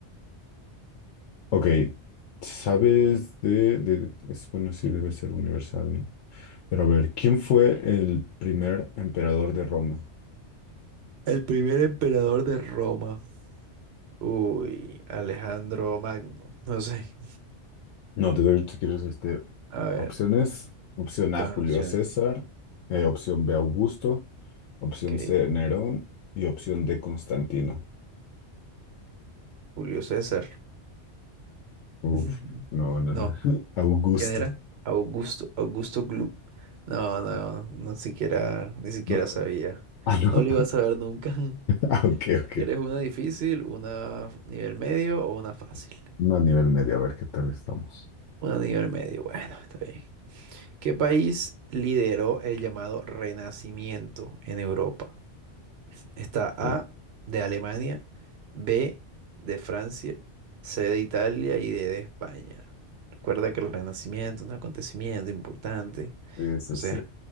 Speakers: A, on the left; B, on the right.
A: ok. ¿Sabes de, de- es, bueno, sí, debe ser universal, ¿no? Pero a ver, ¿quién fue el primer emperador de Roma?
B: El primer emperador de Roma. Uy, Alejandro Magno. <laughs> No sé.
A: No, te doy, si quieres, este,
B: A ver,
A: opciones. Opción
B: dame
A: A, Julio
B: opciones.
A: César. Eh, opción B, Augusto. Opción
B: Ok,
A: C, Nerón. Y opción D, Constantino.
B: Julio César.
A: Uf,
B: <laughs>
A: no, no,
B: No,
A: no. <laughs> Augusto.
B: ¿quién era? Augusto, Augusto Gloop. No,
A: Sí.
B: no, no siquiera, ni siquiera
A: No,
B: sabía.
A: ah, no.
B: No lo
A: <laughs>
B: iba a saber nunca.
A: Ah, ok,
B: <laughs>
A: ok.
B: ¿Quieres una difícil, una f- nivel medio o una fácil?
A: No a nivel medio, a ver qué tal estamos.
B: Una nivel medio, bueno, está bien. ¿Qué país lideró el llamado Renacimiento en Europa? Está A
A: Sí.
B: de Alemania, B de Francia, C de Italia y D de España. Recuerda que el Renacimiento es un acontecimiento importante.
A: Sí, sí,
B: Entonces,
A: sí.